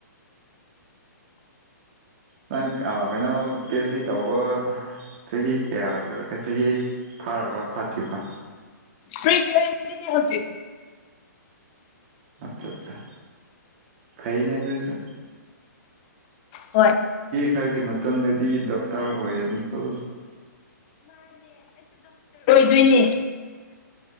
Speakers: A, on the right (about 40°); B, on the left (about 35°).
A: ꯅꯪ ꯀꯩꯅꯣ ꯄꯤ ꯑꯩꯆ ꯗꯤ ꯇꯧꯕ ꯆꯍꯤ ꯀꯌꯥꯒ ꯁꯨꯔꯒꯦ ꯆꯍꯤ ꯐꯥꯔꯕ꯭ꯔꯥ ꯐꯥꯗ꯭ꯔꯤꯕ꯭ꯔ
B: ꯐ꯭ꯔꯤ ꯄꯤꯔꯗꯤꯅꯦ ꯍꯧꯖꯤꯛ
A: ꯑꯠꯆꯥ ꯑꯠꯆꯥ ꯐꯩꯅꯦꯗꯁꯨ
B: ꯍꯣꯏ
A: ꯈꯔꯒꯤ ꯃꯇꯨꯡꯗꯗꯤ ꯗꯣꯛꯇꯔ ꯑꯣꯏꯔꯅꯤꯀꯣ
B: ꯑꯗꯨꯏꯅꯦ